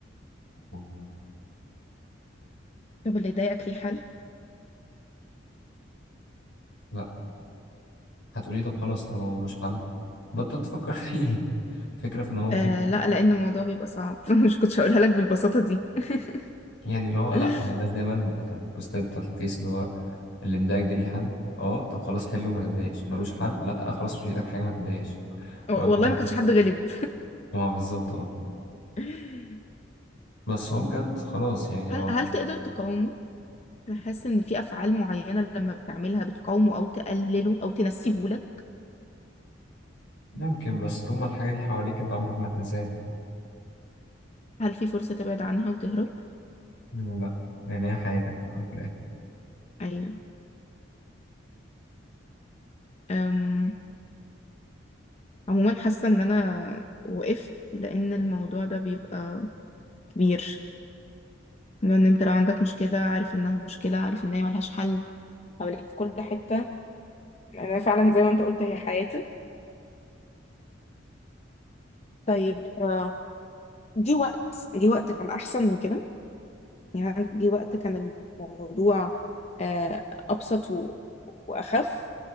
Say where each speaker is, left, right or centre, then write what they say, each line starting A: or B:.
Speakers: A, on the left; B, on the left.
A: و-
B: طب اللي ضايقك ليه حل
A: لا هتقولي طب خلاص طالما هو ملوش حل بطل تفكر فيه <laughs> الفكرة في ان هو ممكن
B: آه لا لان الموضوع بيبقى صعب <laughs> مش كنتش هقولها لك بالبساطه دي <laughs>
A: يعني اللي هو لا
B: <laughs>
A: هي الناس دايما البوستات بتاعت الفيس اللي هو اللي مضايقك ده ليه حل اه طب خلاص حله ما تتضايقش ملوش حل لا خلاص مش في ايدك حاجة ما تتضايقش
B: والله
A: لا،
B: ما كانش حد غلب
A: ما بالظبط اه
B: <laughs>
A: بس هو بجد خلاص يعني
B: هل
A: هو
B: هل تقدر تقاومه؟ أنا حاسة إن في أفعال معينة لما بتعملها بتقاومه أو تقلله أو تنسيه لك
A: ممكن بس طول ما الحاجة دي حواليك انت عمرك ما هتنساها يعني
B: هل في فرصة تبعد عنها وتهرب؟
A: لا يعني هي حياتك في الأول وفي الآخر
B: أيوة أم... عموما حاسة إن أنا وقفت لأن الموضوع ده بيبقى كبير لأن أنت لو عندك مشكلة عارف إنها مشكلة عارف إن هي ملهاش حل حواليك في كل حتة أنا فعلا زي ما أنت قلت هي حياتك طيب آه، جه وقت جه وقت كان أحسن من كده يعني عندي وقت كان الموضوع آه، أبسط و- وأخف